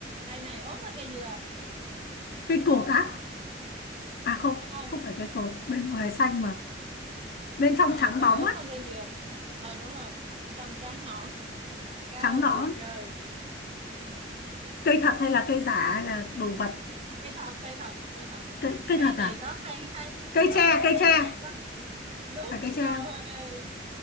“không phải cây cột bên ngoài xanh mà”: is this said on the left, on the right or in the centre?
Left